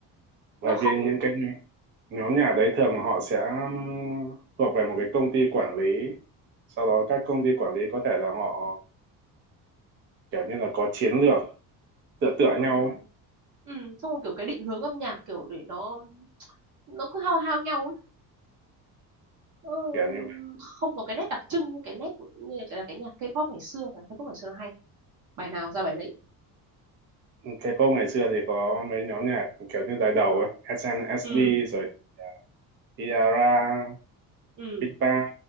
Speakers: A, on the right; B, on the right.
A: bởi
B: nó không
A: vì những cái nhóm nhóm nhà đấy thường họ sẽ um, thuộc về một cái công ty quản lý sau đó các công ty quản lý có thể là họ kiểu như là có chiến lược tựa tựa
B: ừ,
A: nhau ấy.
B: ừ, xong rồi kiểu cái định hướng âm nhạc kiểu để nó nó cứ hao hao nhau ấy Ờ,
A: kiểu như vậy.
B: không có cái nét đặc trưng như cái nét như là cái nhạc K-pop ngày xưa ngày K-pop ngày xưa nó hay bài nào ra bài đấy
A: K-pop ngày xưa thì có mấy nhóm nhạc kiểu như đời đầu ấy, SNSD
B: ừ
A: rồi Tiara
B: ừ
A: Big Bang